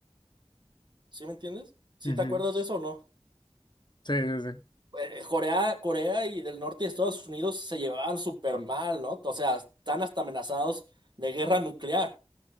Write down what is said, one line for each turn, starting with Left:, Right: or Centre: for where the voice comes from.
Right: ¿Sí me entiendes? ¿Sí
Left: Ujú.
Right: te acuerdas de eso o no?
Left: Sí, sí, sí.
Right: eh, eh, Corea, Corea y del norte de Estados Unidos se llevaban súper mal, ¿no? O sea, están hasta amenazados de guerra nuclear.